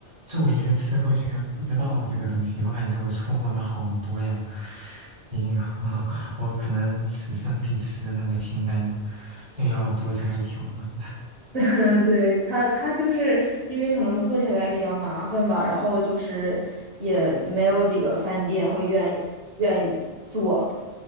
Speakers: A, on the right; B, on the right.
A: 作为一个吃货，居然不知道这个东西，我感觉我错过了好多呀。已经，<laughs> 我我可能此生必吃那个清单又要多加一条了。
B: <laughs> 嗯，对，他，他就是因为可能做起来比较麻烦吧，然后就是也没有几个饭店会愿意愿意做。